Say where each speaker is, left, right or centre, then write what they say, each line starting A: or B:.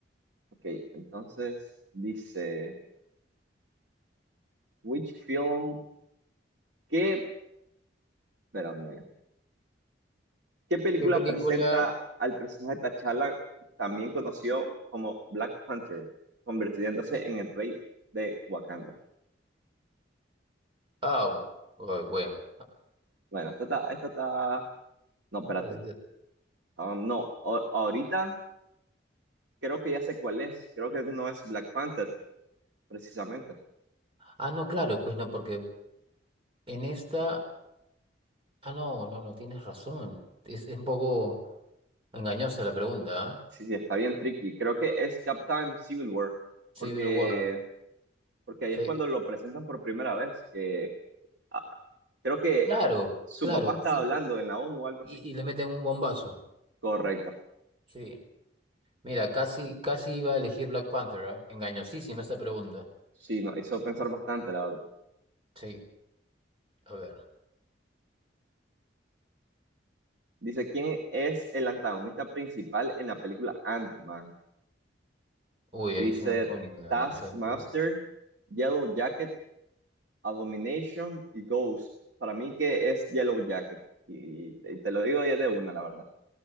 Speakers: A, on the right; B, on the right.
A: Ok, entonces dice, which film? ¿Qué Espérame. ¿Qué película
B: ¿Qué película?
A: presenta al personaje de T'Challa, también conocido como Black Panther, convirtiéndose en el rey de Wakanda?
B: Ah, oh, bueno.
A: Bueno, esta está, esta está... No, espérate.
B: <laughs>
A: Um, no, a- ahorita creo que ya sé cuál es. Creo que no es Black Panther, precisamente.
B: Ah, no, claro, pues no, porque en esta Ah, no, no, no, tienes razón. Es, es un poco engañosa la pregunta, ¿ah?
A: Sí, sí, está bien tricky. Creo que es Captain Civil War,
B: Civil
A: porque,
B: War.
A: porque ahí
B: Sí.
A: es cuando lo presentan por primera vez. Que, ah, creo que
B: Claro,
A: su
B: claro,
A: papá estaba
B: sí.
A: hablando en la ONU o algo
B: Y,
A: así.
B: y le meten un bombazo.
A: Correcto.
B: Sí. Mira, casi, casi iba a elegir Black Panther, ¿ah? Engañosísima esta pregunta.
A: Sí, nos hizo pensar bastante, la verdad.
B: Sí. A ver.
A: Dice, ¿quién es el antagonista principal en la película Ant-Man?
B: Uy,
A: Y
B: ahí
A: dice,
B: sí no tengo ni idea.
A: Taskmaster,
B: Vamos a ver qué hay.
A: Yellow Jacket, Abomination y Ghost. Para mí que es Yellow Jacket. Y, y te lo digo ya de una, la verdad.